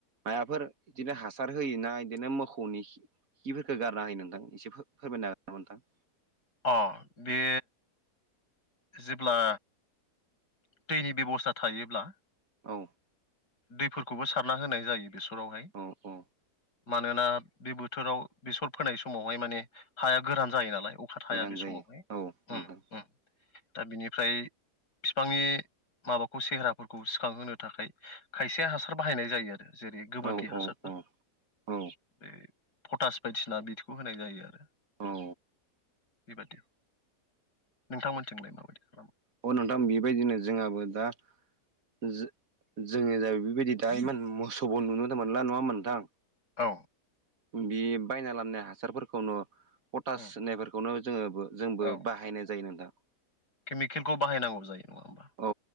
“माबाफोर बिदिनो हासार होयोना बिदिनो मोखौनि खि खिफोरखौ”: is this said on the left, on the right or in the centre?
Right